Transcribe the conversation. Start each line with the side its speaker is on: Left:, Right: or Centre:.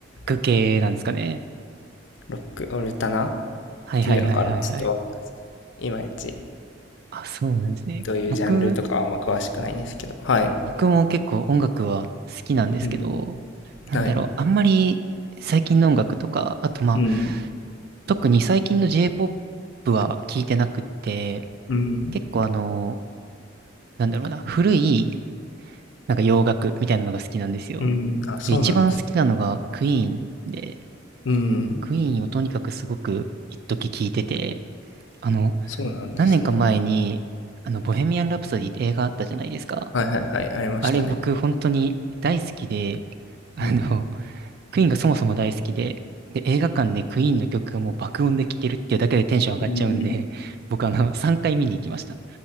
Right: ク系なんですかね。
Left: はいロック、オルタナっ
Right: はいはいはいはいはい。
Left: ていうのかな。ちょっとわかんないです。いまいち、
Right: あ、そうなんですね。
Left: どういうジャンルとかはあんま詳しくないんですけど。
Right: 僕、
Left: はい。
Right: 僕も結構音楽は好きなんですけど、
Left: うん。
Right: なんだろう、
Left: はい。
Right: あんまり最近の音楽とか、あとまあ、
Left: うん。
Right: 特に最近の J-POP は聞いてなくって、
Left: うん。
Right: 結構あの、なんだろうな、古いなんか洋楽みたいなのが好きなんですよ。
Left: うん。あ、そうなんです。
Right: で、一番好きなのがクイーンで、
Left: うん。
Right: クイーンをとにかくすごく一時聞いてて、あの、
Left: そうなんですね。
Right: 何年か前に、あの、ボヘミアン・ラプソディって映画あったじゃないですか。
Left: はいはいはい。ありましたね。
Right: あれ僕本当に大好きで、あの、
Left: うん。
Right: クイーンがそもそも大好きで、で、映画館でクイーンの曲がもう爆音で聴けるっていうだけでテンション上がっちゃうんで、
Left: うん。
Right: <laughs> 僕あの、3回見に行きました。